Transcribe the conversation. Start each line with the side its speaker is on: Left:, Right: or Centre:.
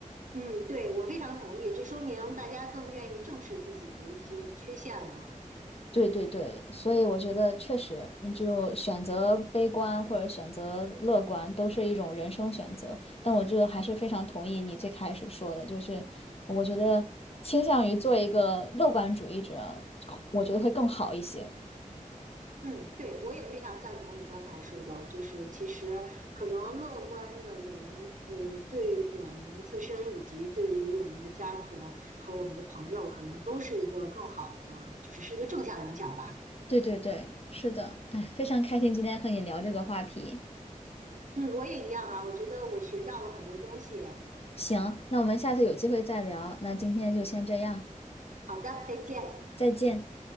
Right: 嗯，对，我非常同意，这说明大家更愿意正视自己的一些缺陷了嘛。
Left: 对对对，所以我觉得确实，嗯就选择悲观或者选择乐观都是一种人生选择。但我这还是非常同意你最开始说的，就是我觉得倾向于做一个乐观主义者，我觉得会更好一些。
Right: 嗯，对，我也非常赞同你刚才说的，就是其实可能乐观的人，呃，对我们自身以及对于我们的家庭和我们的朋友，可能都是一个更好的，就是是一个正向影响吧。
Left: 对对对，是的，哎，非常开心今天和你聊这个话题。
Right: 嗯，我也一样啊，我觉得我学到了很多东西。
Left: 行，那我们下次有机会再聊。那今天就先这样，
Right: 好的，再见。
Left: 再见。